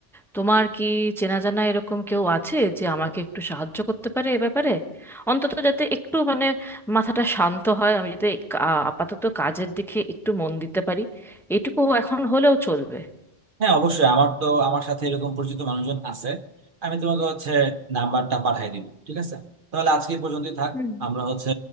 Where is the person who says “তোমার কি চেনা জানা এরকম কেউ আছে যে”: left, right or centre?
Centre